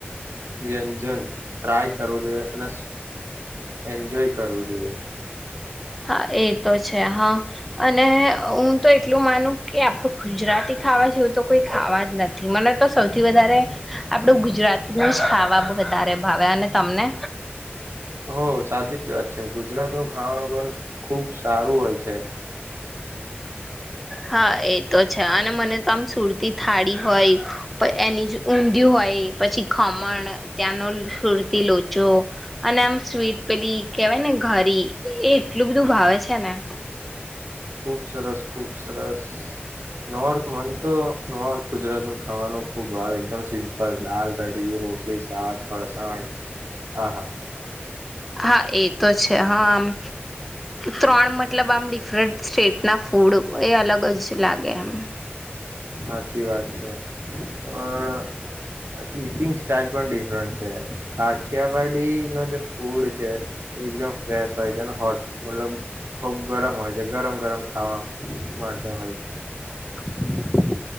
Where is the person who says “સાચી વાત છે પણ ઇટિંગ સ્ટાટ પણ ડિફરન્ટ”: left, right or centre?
Right